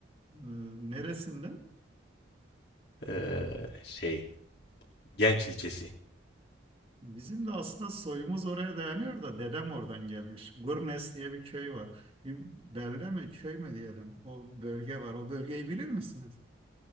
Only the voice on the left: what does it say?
Ee, şey, Genç ilçesi.